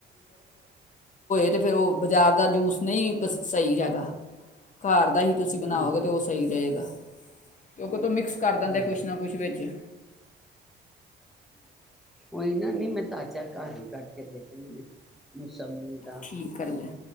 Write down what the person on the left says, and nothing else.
<unintelligible> ਤੇ ਫੇਿਰ ਉਹ ਬਾਜ਼ਾਰ ਦਾ ਜੂਸ ਨਹੀਂ ਸਹੀ ਹੈਗਾ ਘਰ ਦਾ ਹੀ ਤੁਸੀਂ ਬਣਾਓਗੇ
ਤੇ ਉਹ ਸਹੀ ਰਹੇਗਾ ਕਤ ਮਿਕਸ ਕਰ ਦਿੰਦੇ
ਕੁਛ ਨਾ ਕੁਛ ਵਿੱਚ
ਠੀਕ ਕਰਦੇ